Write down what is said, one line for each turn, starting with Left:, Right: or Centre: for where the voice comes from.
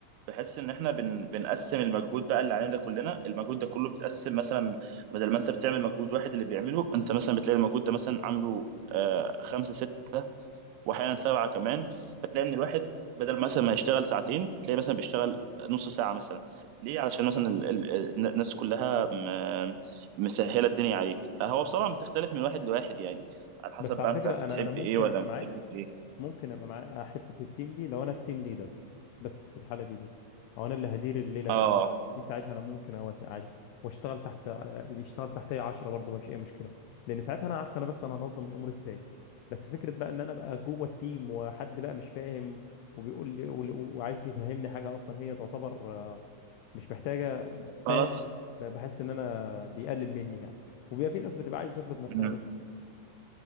Right: بحس ان احنا بن... بنقسم المجهود بقى اللي علينا ده كلنا المجهود ده كله بيتقسم مثلا بدل ما انت بتعمل مجهود واحد اللي بيعمله انت مثلا بتلاقي المجهود ده مثلا عامله آه خمسة ستة واحيانا سبعه كمان فتلاقي ان الواحد بدل مثلا ما يشتغل ساعتين تلاقي مثلا بيشتغل نص ساعه مثلا ليه علشان مثلا ال- ال- الناس كلها م- مسهله الدنيا عليك هو بصراحه بتختلف من واحد لواحد يعني على حسب
Left: بس على
Right: بقى انت
Left: فكره
Right: بتحب
Left: انا انا ممكن
Right: ايه ولا
Left: ابقى
Right: ما
Left: معاك
Right: بتحبش ايه
Left: ممكن ابقى معاه آه، حته في التيم دي لو انا التيم ليدر بس في الحاله دي دي او انا اللي هدير الليله
Right: اه
Left: بقى دي ساعتها انا ممكن اوافق عادي واشتغل تحت آه، يشتغل تحتي 10 برضه ما فيش اي مشكله لان ساعتها انا عارف انا بس انا هنظم الامور ازاي بس فكره بقى ان انا ابقى جوه التيم وحد بقى مش فاهم وبيقول لي وال- وعايز يفهمني حاجه اصلا هي تعتبر آه، مش محتاجه فاهم
Right: غلط
Left: ب- بحس ان انا بيقلل مني يعني وبيبقى في ناس بتبقى عايز تفرض نفسها
Right: مم.
Left: بس